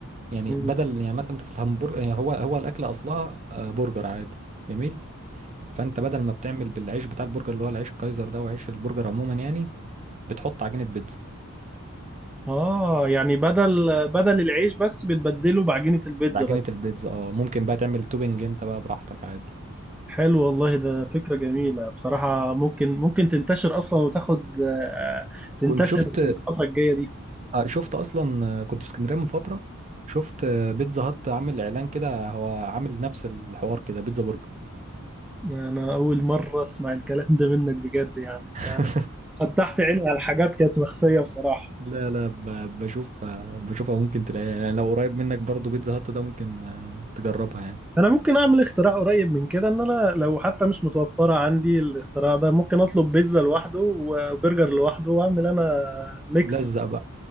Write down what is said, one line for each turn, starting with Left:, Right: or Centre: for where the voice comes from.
Right: يعني
Centre: امم
Right: بدل يعني مثلا انت في الهمبرجر يعني هو هو الاكل اصلها آه برجر عادي جميل فانت بدل ما بتعمل بالعيش بتاع البرجر اللي هو العيش الكايزر ده وعيش البرجر عموما يعني بتحط عجينه بيتزا
Centre: اه يعني بدل بدل العيش بس بتبدله بعجينة البيتزا
Right: بعجينه
Centre: بس
Right: البيتزا اه ممكن بقى تعمل توبنج انت بقى براحتك عادي
Centre: حلو والله ده فكرة جميلة بصراحة ممكن ممكن تنتشر اصلا وتاخد آه، تنتشر
Right: كنت شفت
Centre: في الفترة الجاية دي
Right: آه، شفت اصلا آه، كنت في اسكندريه من فتره شفت آه، بيتزا هات عامل اعلان كده هو عامل نفس الحوار كده بيتزا برجر
Centre: انا اول مرة اسمع الكلام ده منك بجد يعني انت
Right: <laughs>
Centre: فتحت عيني على حاجات كانت مخفية بصراحة
Right: لا لا ب- بشوف آه، بشوفها ممكن تلاقيها يعني لو قريب منك برضو بيتزا هات ده ممكن آه، تجربها يعني
Centre: انا ممكن اعمل اختراع قريب من كده ان انا لو حتى مش متوفرة عندي الاختراع ده ممكن اطلب بيتزا لوحده وبرجر لوحده واعمل انا ميكس
Right: لزق بقى